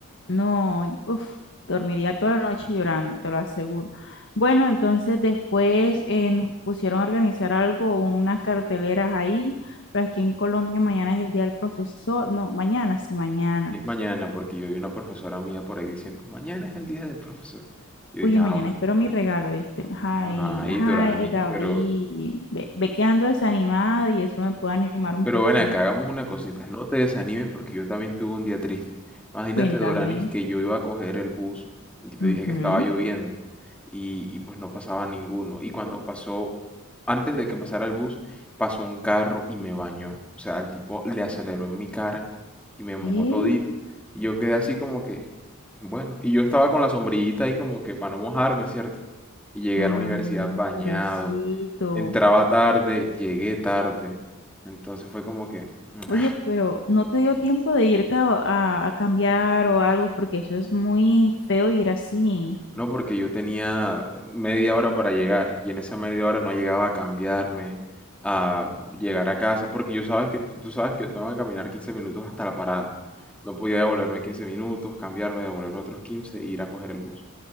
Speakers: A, on the left (about 60°); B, in the centre.
A: no, uff, dormiría toda la noche llorando, te lo aseguro. Bueno, entonces después eh, nos pusieron a organizar algo, unas carteleras ahí, pero aquí en Colombia mañana es el día del profesor, no, mañana, sí, mañana.
B: Y es mañana, porque yo vi una profesora mía por ahí diciendo, mañana es el día del profesor. Yo
A: Oye,
B: dije, ah,
A: mañana
B: bueno,
A: espero mi regalo, ¿viste? Ay,
B: ay,
A: ay,
B: Dorani,
A: David,
B: pero...
A: ve, ve quedando ando desanimada y eso me puede animar un
B: Pero
A: poquito.
B: ven acá, hagamos una cosita. No te desanimes porque yo también tuve un día triste. Imagínate,
A: Cuéntame.
B: Doranis, que yo iba a coger el bus y te
A: Ujú.
B: dije que estaba lloviendo y, y pues no pasaba ninguno. Y cuando pasó, antes de que pasara el bus, pasó un carro y me bañó. O sea, el tipo le aceleró en mi cara y me mojó
A: ¿Qué?
B: todito. Y yo quedé así como que, bueno, y yo estaba con la sombrillita ahí como que para no mojarme, ¿cierto? Y llegué
A: Ah,
B: a la universidad bañado.
A: pobrecito.
B: Entraba tarde, llegué tarde. Entonces fue como que, "Mm,
A: Oye, pero no te dio tiempo de irte a, a- a cambiar o algo, porque eso es muy feo ir así.
B: no, porque yo tenía media hora para llegar y en esa media hora no llegaba a cambiarme, a llegar a casa, porque yo sabes que tú sabes que yo tengo que caminar 15 minutos hasta la parada. No podía devolverme 15 minutos, cambiarme, devolverme otros 15 e ir a coger el bus.